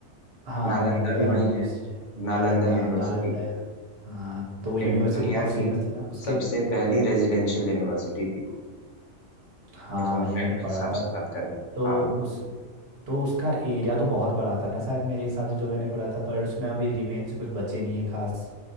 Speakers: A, on the right; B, on the left.
A: हाँ
B: नालंदा
A: मगधा
B: भी
A: यूनिवर्सिटी
B: वही है
A: नालंदा
B: नालंदा यूनिवर्सिटी
A: हाँ नालंदा नालंदा या- हाँ तो वो यूनिवर्सिटी
B: इन- दुनिया
A: बहुत फेमस
B: की
A: थी ना उसके
B: सबसे पहली रेजिडेंशियल यूनिवर्सिटी थी वो
A: हाँ
B: इफ हम
A: ये
B: फैक्ट
A: मैंने पढ़ा
B: हिसाब
A: था
B: से बात करें
A: तो
B: हाँ
A: उस तो उसका एरिया तो बहुत बड़ा था ना शायद मेरे हिसाब से जो मैंने पढ़ा था पर उसमें अभी रिमेन से कुछ बचे नहीं है खास